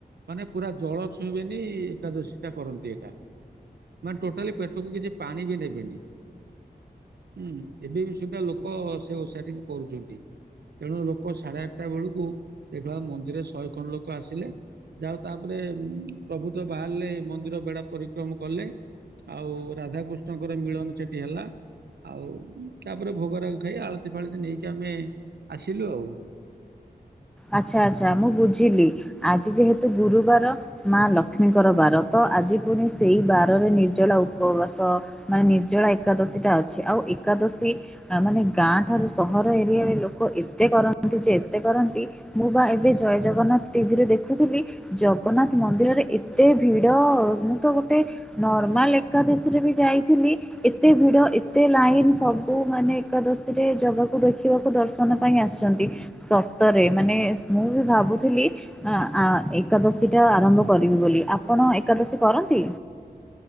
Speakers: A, on the right; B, in the centre.
A: ମାନେ ପୁରା ଜଳ ଛୁଇଁବେନି ଏକାଦଶୀଟା କରନ୍ତି ଏକା। ମାନେ ଟୋଟାଲି ପେଟକୁ କିଛି ପାଣି ବି ନେବେନି। ହୁଁ ହୁଁ, ଏବେ ବି ସୁଦ୍ଧା ଲୋକ ସେ ଓଷା ଟିକି କରୁଛନ୍ତି। ତେଣୁ ଲୋକ ସାଢେ ଆଠଟା ବେଳକୁ ଦେଖିଲା ମନ୍ଦିରେ ଶହେ ଖଣ୍ଡେ ଲୋକ ଆସିଲେ। ଯାହା ହଉ ତାପରେ ଉଁ ପ୍ରଭୁ ତ ବାହାରଲେ ମନ୍ଦିର ବେଢା ପରିକ୍ରମ କଲେ। ଆଉ ରାଧାକୃଷ୍ଣଙ୍କର ମିଳନ ସେଠି ହେଲା। ଆଉ ଉଁ ତାପରେ ଭୋଗରାଗ ଖାଇ ଆଳତି ଫାଳତି ନେଇକି ଆମେ ଆସିଲୁ ଆଉ।
B: ଆଚ୍ଛା ଆଚ୍ଛା ମୁଁ ବୁଝିଲି ଆଜି ଯେହେତୁ ଗୁରୁବାର ମା ଲକ୍ଷ୍ମୀଙ୍କର ବାର ତ ଆଜି ପୁଣି ସେଇ ବାରରେ ନିର୍ଜଳା ଉପ୍ ଉପବାସ ମାନେ ନିର୍ଜଳା ଏକାଦଶୀଟା ଅଛି ଆଉ ଏକାଦଶୀ ନା ମାନେ ଗାଁ ଠାରୁ ସହର ଏରିଆରେ ଲୋକ ଏତେ କରନ୍ତି ଯେ ଏତେ କରନ୍ତି ମୁଁ ବା ଏବେ ଜୟ ଜଗନ୍ନାଥ୍ ଟିଭିରେ ଦେଖୁଥିଲି ଜଗନ୍ନାଥ୍ ମନ୍ଦିରରେ ଏତେ ଭିଡ ମୁଁ ତ ଗୋଟେ ନର୍ମାଲ ଏକାଦଶୀରେ ବି ଯାଇଥିଲି ଏତେ ଭିଡ ଏତେ ଲାଇନ୍ ସବୁ ମାନେ ଏକାଦଶୀରେ ଜାଗାକୁ ଦେଖିବାକୁ ଦର୍ଶନ ପାଇଁ ଆସିଚନ୍ତି। ସତରେ ମାନେ ମୁଁ ବି ଭାବୁଥିଲି ଆଁ -ଆଁ ଏକାଦଶୀଟା ଆରମ୍ଭ କରିବି ବୋଲି। ଆପଣ ଏକାଦଶୀ କରନ୍ତି?